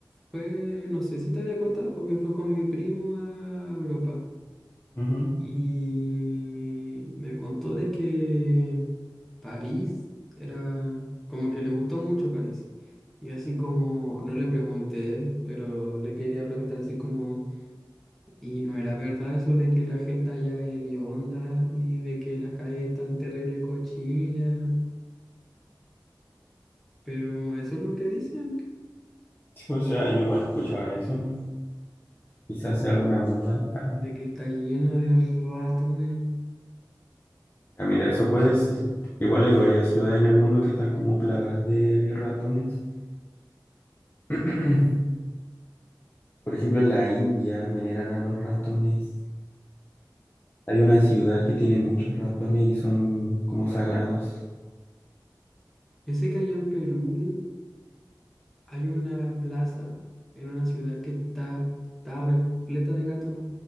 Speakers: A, in the centre; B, on the left.
A: fue, no sé si te había contado, porque fue con mi primo a Europa?
B: Ujú.
A: Y me contó de que París era como que le gustó mucho París. Y así como, no le pregunté, pero le quería preguntar así como, ¿y no era verdad eso de que la gente allá es hedionda y de que las calles están terrible cochinas? Pero eso es lo que dicen,
B: Sí, o sea, yo igual escuchaba eso. Quizás sea alguna moda. Ah,
A: de que está lleno de ratones.
B: ya mira, eso puede ser. Igual hay varias ciudades en el mundo que están como plagas de ratones. <clears throat> Por ejemplo, en la India veneran a los ratones. Hay una ciudad que tiene muchos ratones y son como sagrados.
A: Yo sé que allá en Perú Hay una plaza en una ciudad que está, está repleta de gatos.